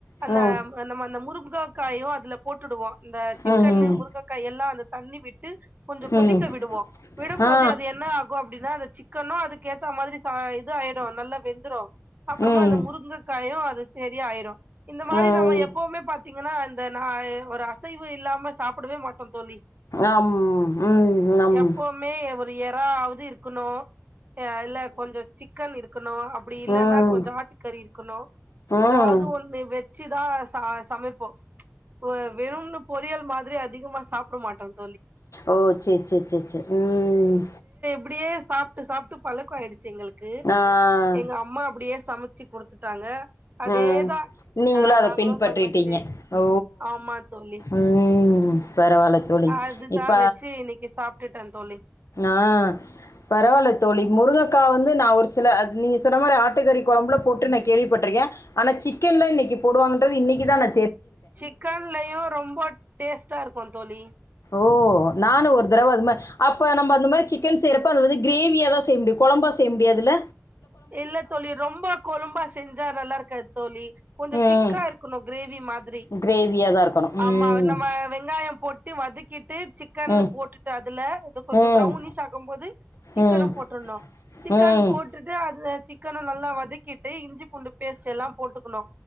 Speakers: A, on the right; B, on the left.
A: அந்த
B: ம்
A: நம்ம அந்த முருமுக காயு அதுல போட்டுடுவோ இந்த சிக்கன்னு
B: ம்
A: முருங்கக்காய் எல்லா அது தண்ணி விட்டு கொஞ்சம் கொதிக்க
B: ம்
A: விடுவோ விடும்போதே
B: ஆ
A: அது என்னாகு அப்டிதா அந்த சிக்கனு அதுக்கேத்த மாதிரி சா வந்து ஆயிடு நல்லா வெந்துர அப்பறமா
B: ம்
A: அந்த முருங்கைக்காயு அது சரியாயிடு இந்த மாரி
B: ம்
A: நம்ம எப்பவுமே பாத்தீங்கன்னா இந்த நா ஒரு அசைவு இல்லாம சாப்டவே மாட்டோ தோழி
B: அம் ம் அம்
A: எப்பவுமே ஒரு எறாவது இருக்கணு இல்ல கொஞ்ச சிக்கன் இருக்கணு அப்படி இல்லன்னா
B: ம் ம்
A: கொஞ்ச ஆட்டுக்கறி இருக்கணு ஏதாவது
B: ம்
A: ஒண்ணு வெச்சுதா ச சமைப்போ அ வெறும்னு பொரியல்மா திரி அதிகமா சாப்ட மாட்டாங்க
B: ஓ சரி சரி சரி சரி ம்
A: அப்டியே சாப்ட்டு சாப்ட்டு பழக்க ஆடுச்சு எங்களுக்கு
B: ஆ
A: எங்க அம்மா அப்டியே சமைச்சு கொடுத்துட்டாங்க அதேதா
B: ம். நீங்களும்
A: அ
B: அத
A: நாங்களு
B: பின்பற்றிட்டீங்க.
A: சமைச்சு
B: ஓ!
A: ஆமா தோழி
B: ம். பரவால்ல தோழி.
A: அதுதா
B: இப்ப
A: வச்சு இன்னைக்கு சாப்ட்டுட்டோ தோழி
B: ஆ பரவால்ல தோழி முருங்கக்கா வந்து நா ஒரு சில நீங்க சொன்ன மாரி ஆட்டுக்கறி கொழம்புல போட்டு நா கேள்விப்பட்ருக்கே ஆனா சிக்கன்ல இன்னைக்கு போடுவாங்கன்றது இன்னைக்கு தா நா
A: சிக்கன்லயு ரொம்ப டேஸ்டா இருக்கு தோழி
B: ஓ நானு ஒரு தடவ அந்த மாரி அப்ப அந்த மாரி சிக்கன் செய்ரப்ப அது வந்து க்ரேவியா தா செய்ய முடியு கொழம்பா செய் க்க முடியாதுல
A: இல்ல தோழி ரொம்ப கொழும்பா செஞ்சா நல்லாருக்காது தோழி கொஞ்ச
B: ம்.
A: திக்கா இருக்கணு கிரேவி மாரி
B: கிரேவியா தான் இருக்கணும்.
A: ஆமா
B: ம்.
A: நம்ம வெங்காய போட்டு வதக்கிட்டு சிக்கன்
B: ம்.
A: போட்டுட்டு அதுல இத கொஞ்ச
B: ம்.
A: ப்ரௌனிஷ் ஆக்கும்போது
B: ம்
A: சிக்கனு போட்டுரனு சிக்கன்
B: ம் ம்
A: போட்டுட்டு அது சிக்கன நல்லா வதக்கிட்டு இஞ்சி பூண்டு பேஸ்ட் எல்லா போட்டுக்கணு